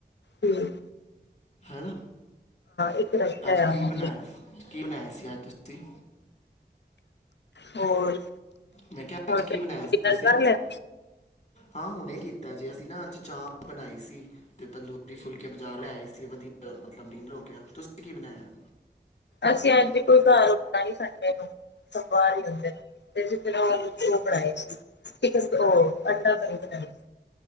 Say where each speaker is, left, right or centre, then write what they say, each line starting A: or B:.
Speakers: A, on the left; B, on the left.
A: ਹੂੰ।
B: ਹੈਨਾ,
A: ਇੱਕ ਰਸਤਾ
B: ਅੱਜ
A: ਆ
B: ਕੀ ਬਣਾਇਆ? ਕੀ ਬਣਾਇਆ ਸੀ ਅੱਜ ਤੁਸੀਂ?
A: ਹੋਰ
B: ਮੈਂ ਕਿਹਾ,
A: ਹੋਰ
B: ਅੱਜ ਕੀ
A: ਡਿਨਰ
B: ਬਣਾਇਆ ਸੀ ਤੁਸੀਂ?
A: ਕਰ ਲਿਆ
B: ਹਾਂ, ਹੁਣੇ ਕੀਤਾ ਜੇ ਅਸੀਂ ਨਾ ਅੱਜ ਚਾਂਪ ਬਣਾਈ ਸੀ, ਤੇ ਤੰਦੂਰੀ ਫੁਲਕੇ ਬਾਜ਼ਾਰੋ ਲੈ ਆਏ ਸੀ। ਵਧੀਆ ਮਤਲਬ ਡਿਨਰ ਹੋ ਗਿਆ, ਤੁਸੀਂ ਕੀ ਬਣਾਇਆ?
A: ਅਸੀਂ ਅੱਜ ਦੀ ਕੋਈ ਘਰ ਹੁੰਦਾ ਨੀ ਸੰਡੇ ਨੂੰ। ਸਭ ਬਾਹਰ ਹੁੰਦੇ ਨੇ, ਤੇ ਫਿਰ ਉਹ ਬਣਾਏ ਸੀ। ਚਿਕਨ ਓ ਅੰਡਾ ਕਰੀ ਬਨਾਈ ਸੀ।